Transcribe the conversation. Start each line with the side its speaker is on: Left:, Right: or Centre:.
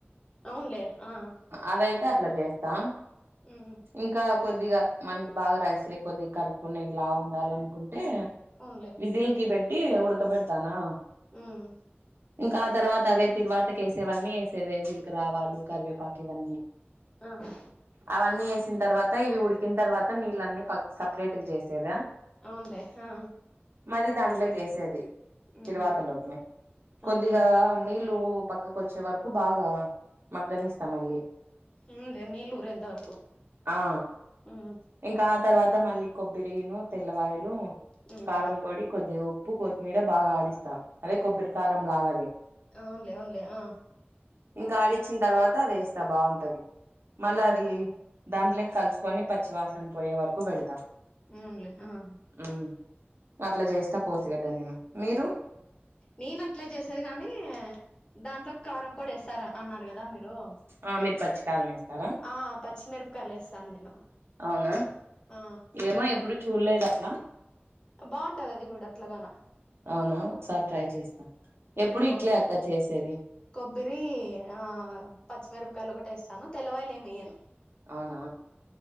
Left: అవునులే ఆ
Right: అదైతే అట్లా చేస్తా
Left: ఉమ్
Right: ఇంకా కొద్దిగ మనకి బాగా రైస్లే కి కొద్ది కలుపుకునేలాగా ఉండాల అనుకుంటే
Left: అవునులే
Right: విజిల్కి బెట్టి ఉడకబెడతానా
Left: ఉమ్
Right: ఇంకా ఆ తర్వాత అవే తిరువాతకి ఏసేవన్నీ ఏసేదే జీలకరావాలు కరివేపాకు ఇవన్నీ
Left: ఆ ఆ
Right: అవన్నీ ఏసిన తర్వాత ఇవి ఉడికిన తర్వాత్ త్త నీళ్ళన్నీ పక్ సపరేట్ గా జేసేదా
Left: అవునులే ఆ
Right: మరి దాంట్లోకి ఏసేది
Left: ఉమ్
Right: తిరువాతలోకి
Left: అవునులే
Right: కొద్దిగా నీళ్ళు పక్కక్ కొచ్చే వరకు బాగా మగ్గనిస్తా మళ్ళీ
Left: ఊమ్ లే నీళ్ళు ఊరెంత వరకు
Right: ఆ
Left: ఉమ్
Right: ఇంకా ఆ తర్వాత మళ్ళీ కొబ్బిరిను తెల్లవాయిలు
Left: ఉమ్
Right: కారం పొడి కొద్దిగ ఉప్పు కొత్తిమీర బాగా ఆడిస్తా అదే కొబ్బరి కారం లాగది
Left: అవునులే అవునులే ఆ
Right: ఇంకా ఆడిచ్చిన్ తర్వాత అది ఏస్తా బావుంటది మళ్ళా
Left: ఉమ్
Right: అది దాంట్లేకి కలుసుకొని పచ్చివాసన పోయే వరకు పెడతాం
Left: అవున్లే హ హ హ
Right: మ్ అట్ల జేస్తా కోసిగడ్డ నేను మీరు
Left: నేను అట్లే చేసేది గానీ దాంట్లోక్ కారం పొడి ఏస్తారా అన్నారు గదా మీరు
Right: ఆ మీరు పచ్చికారం ఏస్తారా
Left: ఆ పచ్చిమిరపకాయలు ఏస్తాను నేను
Right: అవునా
Left: ఆ
Right: ఏమో ఎప్పుడు చూడ్లేదు అట్లా
Left: బావుంటది అది గూడ అట్లగానా
Right: అవునా ఒకసారి ట్రై చేస్తా ఎప్పుడు
Left: కొబ్బి
Right: ఇట్లే అక్క చేసేది
Left: కొబ్బరి ఆ పచ్చిమిరపకాయలు ఒకటేస్తాను తెల్లవాయలు ఏమేయ్యను
Right: అవునా